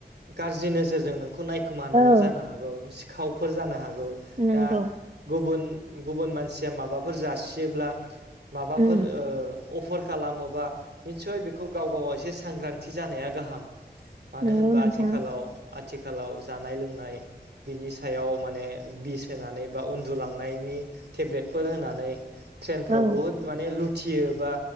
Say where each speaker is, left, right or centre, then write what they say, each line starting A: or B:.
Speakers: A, on the right (about 80°); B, on the right (about 45°).
A: गाज्रि नोजोरजों नोंखौ नाय खोमानोबो
B: औ
A: जानो हागौ सिखावफोर जानो हागौ
B: नंगौ
A: दा गुबुन गुबुन मानसिया माबाफोर जासियोब्ला माबाफोर
B: उम
A: ओ अफार खालामोबा निस्सय बेखौ गाव गावाव एसे सांग्रांथि जानाया गाहाम मानो
B: नंगौ
A: होनबा
B: नोंथां
A: आथिखालाव आथिखालाव जानाय लोंनाय बिनि सायाव माने बिस होनानै बा उन्दुलांनायनि टेब्लेटफोर होना <unintelligible> ट्रेनफ्राव
B: औ
A: बहुथ माने लुथियो बा